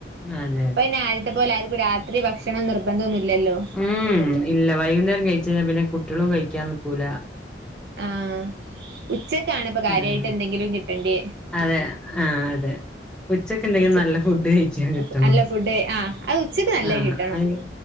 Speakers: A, in the centre; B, on the right.
A: അതെ
B: ഇപ്പയ്ന്
A: അതെ
B: ആദ്യത്തെ പോലെ ആർക്കും രാത്രി ഭക്ഷണം നിർബന്ധൊന്നുല്ലല്ലോ
A: ഉം ഇല്ല വൈകുന്നേരം കഴിച്ചയ്ഞ്ഞാ പിന്നെ കുട്ടികളും കഴിക്കാൻ നിക്കൂല
B: ആഹ് ഉച്ചക്കാണ്പ്പൊ കാര്യായിട്ട്
A: ആഹ്
B: എന്തെങ്കിലും കിട്ടണ്ടേ
A: അതെ ആഹ് അതെ ഉച്ചക്കെന്തെങ്കിലും
B: ഉച്ചക്ക്
A: നല്ല ഫുഡ് കയിക്കാൻ കിട്ടണം
B: നല്ല ഫുഡ് ആഹ് അത് ഉച്ചക്ക് നല്ലത്
A: ആഹ്
B: കിട്ടണം
A: അയ്